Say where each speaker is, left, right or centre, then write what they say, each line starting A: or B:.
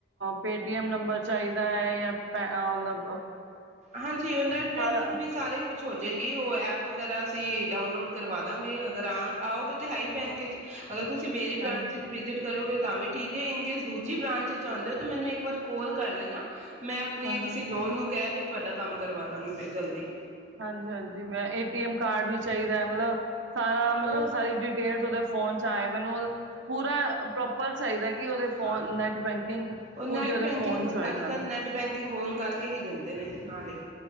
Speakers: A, on the right; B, on the right.
A: ਪੇਟੀਐਮ ਨੰਬਰ ਚਾਹੀਦਾ ਹੈ ਜਾਂ ਪ ਮਤਲਬ
B: ਹਾਂਜੀ ਜੀ ਔ ਨੇਟ ਬੈਂਕਿੰਗ
A: ਸਾਰਾ
B: ਵੀ ਸਾਰੇ ਕੁਛ ਹੋ ਜਾਏਗੀ ਉਹ ਐਪ ਵਗੈਰਾ ਜ ਤੇ ਡਾਊਨਲੋਡ ਕਰਵਾਦਾਂਗੇ। ਗ੍ਰਾਂਹਕ ਆਓਗੇ ਤੇ ਹੈ ਹੀ ਬੈਂਕ ਚ ਅਗਰ ਤੁਸੀਂ ਮੇਰੀ ਬ੍ਰਾਂਚ
A: ਹਾਂ
B: ਵਿੱਚ ਵਿਜਿਟ ਕਰੋਗੇ ਤਾਂ ਵੀ ਠੀਕ ਹੈ ਇਨਕੇਸ ਦੂਜੀ ਬ੍ਰਾਂਚ ਚ ਆਉਂਦੇ ਹੋ ਤੇ ਮੈਨੂੰ ਇੱਕ ਵਾਰ ਕੋਲ ਕਰ ਲੈਣਾ। ਮੈਂ ਆਪਣੇ
A: ਹਾਂ
B: ਕਿਸੇ
A: ਹਾਂ
B: ਨੋਨ ਨੂੰ ਕਹਿ ਕੇ ਤੁਹਾਡਾ ਕੰਮ ਕਰਵਾਦਾਂਗੀ ਫਿਰ ਜਲਦੀ।
A: ਹਾਂਜੀ- ਹਾਂਜੀ ਮੈਂ ਏਟੀਐਮ ਕਾਰਡ ਵੀ ਚਾਹੀਦਾ ਹੈ ਮਤਲਬ ਸਾਰਾ ਮਤਲਬ
B: ਉਹ
A: ਸਾਰੀ ਡਿਟੇਲ ਉਹਦੇ ਫੋਨ ਚ ਆਇਆ। ਮੈਨੂਅਲ ਪੂਰਾ ਪ੍ਰੋਪਰ ਚਾਹੀਦਾ ਕਿ ਉਹਦੇ ਫੋਨ
B: ਹਾਂ,
A: ਨੈਟ ਬੈਂਕਿੰਗ
B: ਉਹ ਨੈਟ
A: ਪੂਰੀ ਉਹਦੇ
B: ਬੈਂਕਿੰਗ
A: ਫੋਨ ਚ ਹੋਏ
B: ਅੱਜ
A: ਨਾਲ
B: ਕੱਲ੍ਹ ਨੈੱਟ ਬੈਂਕਿੰਗ ਓਨ ਕਰਕੇ ਹੀ ਦਿੰਦੇ ਨੇ ਨਾਲੇ।